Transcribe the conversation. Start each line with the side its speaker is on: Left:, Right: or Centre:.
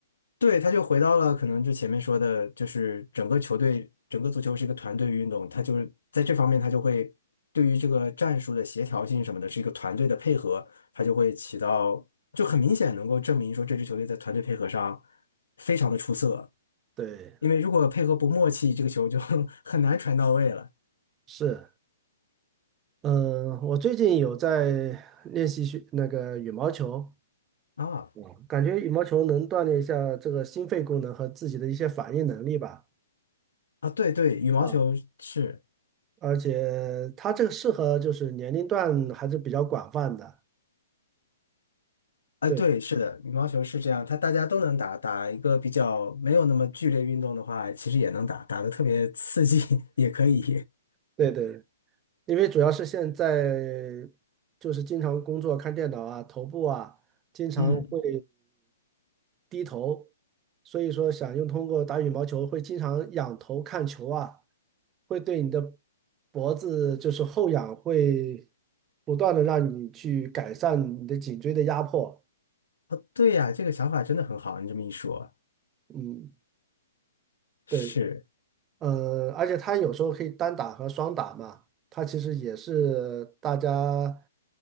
Left: 对，他就回到了可能就前面说的，就是整个球队，整个足球是一个团队运动，他就是在这方面他就会对于这个战术的协调性什么的，是一个团队的配合，他就会起到就很明显能够证明说这支球队在团队配合上非常的出色，
Right: 对，
Left: 因为如果配合不默契，这个球就 <laughs> 很难传到位了
Right: 是。嗯，我最近有在练习学那个羽毛球，
Left: 啊。
Right: 我感觉羽毛球能锻炼一下这个心肺功能和自己的一些反应能力吧。
Left: 啊，对对，羽毛球是，
Right: 啊，而且它这个适合就是年龄段还是比较广泛的。
Left: 啊，
Right: 对
Left: 对，是的，羽毛球是这样，它大家都能打，打一个比较没有那么剧烈运动的话，其实也能打，打的特别刺激 <laughs> 也可以。
Right: 对对，因为主要是现在就是经常工作看电脑啊，头部啊，
Left: <laughs>
Right: 经常会
Left: 嗯，
Right: 低头，所以说想用通过打羽毛球会经常仰头看球啊。会对你的脖子就是后仰，会不断的让你去改善你的颈椎的压迫。
Left: 哦，对呀，这个想法真的很好，你这么一说，
Right: 嗯，
Left: 是
Right: 对，呃，而且它有时候可以单打和双打嘛，它其实也是大家